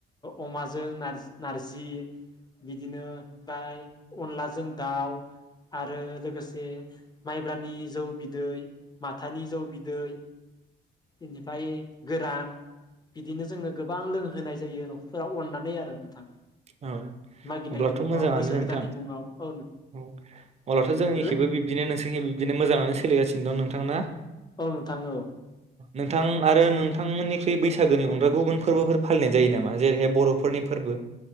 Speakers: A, on the left; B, on the right.
A: अमाजों नार-नारजि बिदिनो बाय अनलाजों दाउ आरो लोगोसे माइब्रानि जौ बिदै माथानि जौ बिदै इनिफ्रायै गोरान बिदिनो जोंनो गोबां लोंहोनाय जायो न'खरफोराव अननानै आरो नोंथां
B: औ
A: मागिनायनि
B: अब्लाथ'
A: मुङाव
B: मोजाङानो
A: बोसोर
B: नोंथां
A: गोदाननि मुङाव औ
B: उम
A: नोंथां
B: अब्लाथ' जोंनिखेबो बिब्दिनो नोंसोरनि खेब बिबदिनो मोजाङानो सोलिगासिनो दं नोंथां ना
A: औ नोंथां औ
B: नोंथां आरो
A: जोबोद
B: नोंथांमोननिख्रुइ बैसो बैसागोनि अनगा गुबुन फोरबोफोर फालिनाय जायो नामा जेरैहाय बर'फोरनि फोरबो